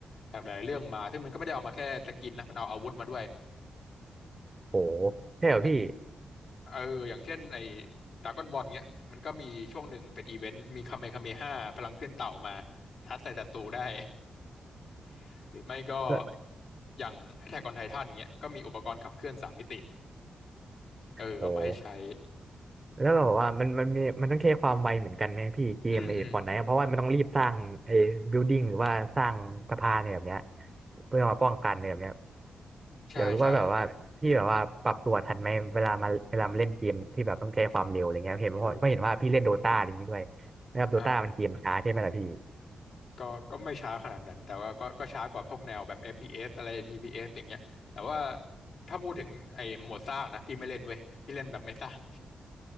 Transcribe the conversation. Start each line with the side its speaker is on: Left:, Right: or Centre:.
Left: จากหลายๆเรื่องมา ซึ่งมันก็ไม่ได้เอามาแค่สกินนะ มันเอาอาวุธมาด้วย
Right: โอ้โหใช่เหรอพี่
Left: อย่างเอออย่างเช่นไอ้ดราก้อนบอลเนี้ยมันก็มีช่วงหนึ่งเป็นอีเวนต์มีคาเมคาเมห้าพลังขึ้นเต่ามาทัดใส่ศัตรูได้ <laughs> หรือไม่ก็
Right: แล้ว
Left: อย่าง Attack on Titan เงี้ยก็มีอุปกรณ์ขับเคลื่อนสามมิติเออเอามาให้ใช้
Right: โอ้โหแล้วแบบว่ามันมันมีมันต้องแค่ความไวเหมือนกันไหมพี่เกมไอ้ฟอร์ตไนท์เพราะว่ามันต้องรีบสร้างไอ้บิลดิ้งหรือว่าสร้างสะพานอะไรแบบเนี้ย
Left: อืมอืม
Right: เพื่อมาป้องกันอะไรแบบเนี้ย
Left: ใช่ใช่
Right: อยากรู้ว่าแบบว่าพี่แบบว่าปรับตัวทันไหมเวลามาเวลามาเล่นเกมที่แบบต้องใช้ความเร็วอะไรเงี้ยเห็นเพราะเพราะเห็นว่าพี่เล่นโดตาอะไรอย่างงี้ด้วยนะครับโดตามันเกมช้าใช่ไหมล่ะพี่
Left: โห อ่าก็ก็ไม่ช้าขนาดนั้นแต่ว่าก็ก็ช้ากว่าพวกแนวแบบ FPS อฟพีเอสอะไร TPS อสอย่างเงี้ยแต่ว่าถ้าพูดถึงไอ้โหมดสร้างนะพี่ไม่เล่นเว้ยพี่เล่นแบบไม่สร้าง